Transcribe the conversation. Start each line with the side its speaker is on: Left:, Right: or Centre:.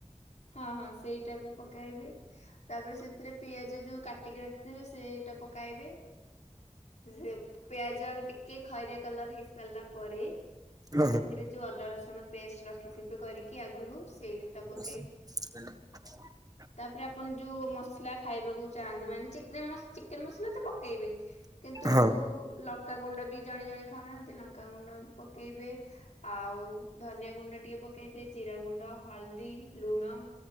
Left: ହଁ ହଁ ସେଇଟାବି ପକାଇବେ ତାପରେ ସେଥିରେ ପିଆଜ ଯୋଉ କା ଟିକି ରଖିଥିବେ ସେଇଟା ପକାଇବେ ସେପିଆଜ ଆଉ ଟିକ୍ କେ ଖରିଆ କଲର ହେଇ ସାରିଲା ପରେ
Right: ହଁ
Left: ସେଥିରେ
Right: ହଁ
Left: ଯୋଉ ଅଦା ରସୁଣ ପେଷ୍ଟ ରଖିଥିବେ କରିକି ଆଗରୁ ସେଇଟା ପ
Right: <inaudible>
Left: ତାପରେ ଆପଣ ଯୋଉ ମସଲା ଖାଇବାକୁ ଚାହାନ୍ତି ମାନେ ଚିକ୍ନେ ମସ୍ ଚିକେନ ମସଲା ତ ପକେଇବେ କିନ୍ତୁ
Right: ହଁ
Left: ଲଙ୍କାଗୁଣ୍ଡ ବି ଜଣେ ଜଣେ ଖାଉନାହାନ୍ତି ଲଙ୍କାଗୁଣ୍ଡ ପ ପକେଇବେ ଆଉ ଧନିଆ ଗୁଣ୍ଡ ଟିକେ ପକେଇବେ ଜିରା ଗୁଣ୍ଡ ହଳଦୀ ଲୁଣ